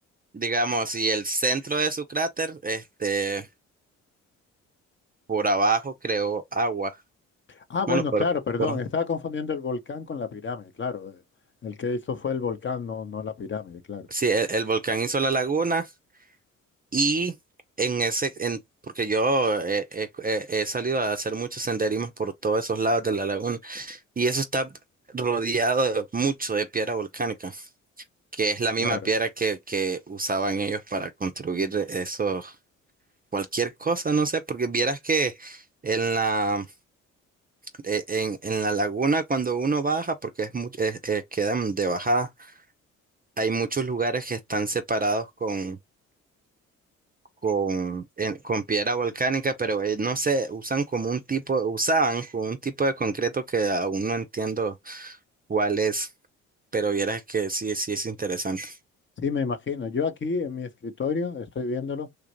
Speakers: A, on the right; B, on the left.
A: digamos, y el centro de su cráter, este, por abajo creó agua.
B: Ah, bueno,
A: Bueno, por,
B: claro, perdón,
A: por,
B: estaba confundiendo el volcán con la pirámide, claro. eh, El que hizo fue el volcán, no, no la pirámide, claro.
A: sí, el, el volcán hizo la laguna y en ese, en, porque yo eh, eh, eh, he salido a hacer muchos senderismos por todos esos lados de la laguna y eso está rodeado de mucho de piedra volcánica, que es la misma
B: Claro.
A: piedra que, que usaban ellos para construir eso Cualquier cosa, no sé, porque vieras que en la, e- en, en la laguna cuando uno baja, porque es mucho, quedan de bajada, hay muchos lugares que están separados con, con, en- con piedra volcánica, pero eh, no sé, usan como un tipo, usaban como un tipo de concreto que aún no entiendo cuál es, pero vieras que sí, sí es interesante.
B: Sí, me imagino. Yo aquí en mi escritorio, estoy viéndolo,